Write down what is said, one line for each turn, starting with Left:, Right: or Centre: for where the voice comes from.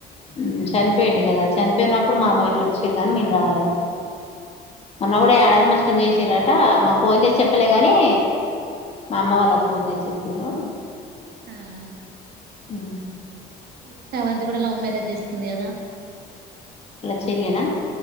Left: ఉమ్ చనిపోయిండు కదా చనిపోయినప్పుడు
Right: చనిపోయిండు
Left: మా అమ్మ గిట్ల వచ్చిర్రు గానీ మేం రాలే మొన్న గూడా ఏడాది మస్కల్ చేసిర్రట మాకు ఫోన్ చేసి చెప్పలే గినీ మా అమ్మ వాళ్లకు ఫోన్ చేసి చెప్పిరు
Right: <unintelligible>
Left: ఊ
Right: ఈ స్రవంతి గూడా లవ్ మ్యారేజ్ చేసుకుంది కదా
Left: చెల్లినా